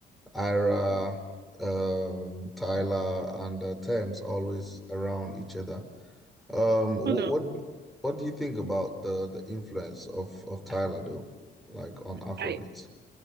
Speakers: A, in the centre; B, on the right.
A: Ira, um, Tyler, and uh, Thames always around each other. Um, what
B: Oh no.
A: what what do you think about the the influence of of Tyler though, like on Afrobeats?
B: I